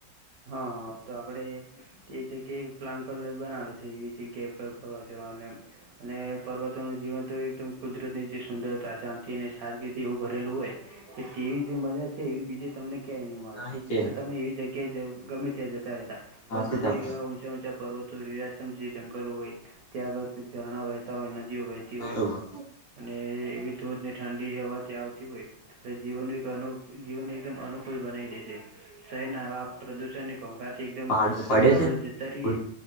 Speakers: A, on the right; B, on the left.
A: હા હા તો આપડે. તે જગ્યાએ પ્લાન પણ બનાવે છે એ જગ્યા પર ફરવા જવાનું એમ. અને પર્વતો નું જીવન તો એકદમ કુદરતની જે સુંદરતા શાંતિ અને સાદગીથી એવું ભરેલું હોય. કે તેવી જે મજા છે એવી બીજે તમને. ક્યાંય નહીં મળે
B: નહી છે
A: ભલે તમે એવી જગ્યાએ ગમે ત્યાં જતા રહેતા
B: તમારે
A: પરંતુ જેવા. ઊંચા પર્વતો લીલાચમ જે જંગલ હોય ત્યાંગા ઝરણા વહેતા હોય નદીઓ વહે. તી હોય
B: બરોબર
A: અને એવી ધોધને ઠંડી હવા ત્યાં આવતી હોય અને જીવન એક. જીવન એકદમ અનુકૂળ બનાવી દે છે શહેર ના આવે આપ પ્રદૂષણને કહો. થી એકદમ
B: પાડો પડ્યો
A: દૂર આપડે
B: છે ને
A: જતા. રીએ